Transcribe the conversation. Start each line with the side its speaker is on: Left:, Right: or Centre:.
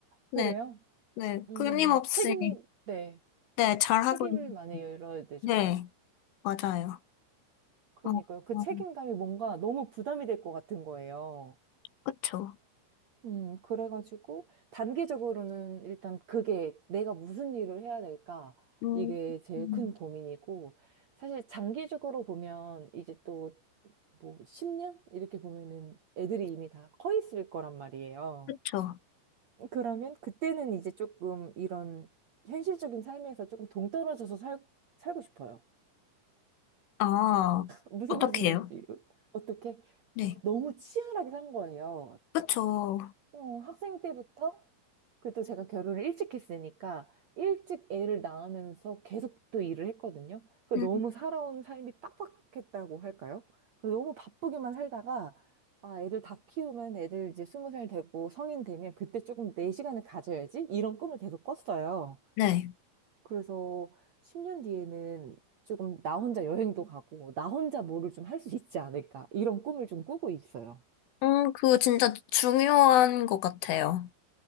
Left: 네.
Right: 그래요?
Left: 네.
Right: 음,
Left: 끊임없이,
Right: 책임, 네.
Left: 네, 잘하고
Right: 책임을
Left: 있는.
Right: 많이 열어야 되죠.
Left: 네. 맞아요.
Right: 그러니까요.
Left: 어,
Right: 그
Left: 어,
Right: 책임감이 뭔가 너무 부담이 될 것 같은 거예요.
Left: 그쵸.
Right: 음, 그래가지고, 단기적으로는 일단 그게 내가 무슨 일을 해야 될까?
Left: 음,
Right: 이게 제일
Left: 음,
Right: 큰 고민이고, 사실 장기적으로 보면 이제 또 뭐 10년? 이렇게 보면은 애들이 이미 다 커 있을 거란 말이에요.
Left: 그쵸.
Right: 그러면 그때는 이제 조금 이런 현실적인 삶에서 조금 동떨어져서 살, 살고 싶어요.
Left: 아,
Right: 무슨
Left: 어떡해요?
Right: 말씀인지 어떻게
Left: 네.
Right: 막 너무 치열하게 산 거예요.
Left: 그쵸.
Right: 어, 학생 때부터 그래도 제가 결혼을 일찍 했으니까 일찍 애를 낳으면서 계속 또 일을 했거든요. 그
Left: 음,
Right: 너무 살아온 삶이 빡빡했다고 할까요? 그 너무 바쁘게만 살다가 아, 애들 다 키우면 애들 이제 스무 살 되고 성인 되면 그때 조금 내 시간을 가져야지 이런 꿈을 계속 꿨어요.
Left: 네.
Right: 그래서 10년 뒤에는 조금 나 혼자 여행도 가고, 나 혼자 뭐를 좀 할 수 있지 않을까. 이런 꿈을 좀 꾸고 있어요.
Left: 음, 그거 진짜 중요한 것 같아요.